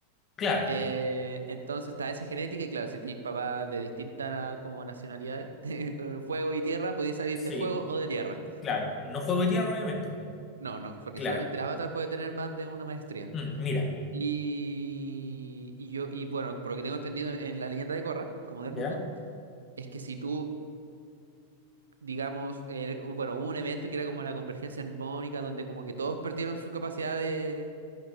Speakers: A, on the left; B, on the right.
A: claro,
B: Eh, entonces está esa genética y claro, si tienes papás de distintas como nacionalidades, <laughs> de fuego y tierra, podéis salir
A: sí,
B: de fuego o de tierra.
A: claro. No fuego y tierra, obviamente. po.
B: No, no, porque
A: Claro.
B: solamente el avatar puede tener más de una maestría.
A: Mm, mira,
B: Y, y yo, y bueno, por lo que tengo entendido en la leyenda de Korra, como del
A: ya,
B: mundo, es que si tú digamos, el- bueno, hubo un evento que era como la convergencia armónica, donde como que todos perdieron su capacidad de,